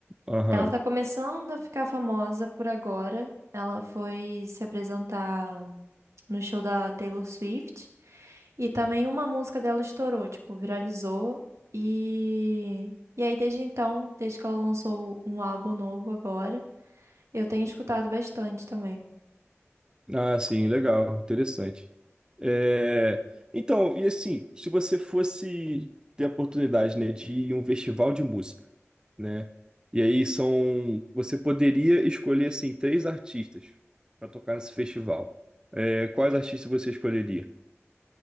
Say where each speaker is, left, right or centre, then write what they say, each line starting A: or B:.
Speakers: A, on the right; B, on the right.
A: Aham.
B: Ela tá começando a ficar famosa por agora. Ela foi se apresentar no show da Taylor Swift. E também uma música dela estourou, tipo, viralizou. E, e aí, desde então, desde que ela lançou um álbum novo agora, eu tenho escutado bastante também.
A: Ah, sim, legal, interessante. É, Então, e assim, se você fosse ter a oportunidade, né, de ir em um festival de música, né? E aí são, você poderia escolher assim três artistas para tocar nesse festival. É, quais artistas você escolheria?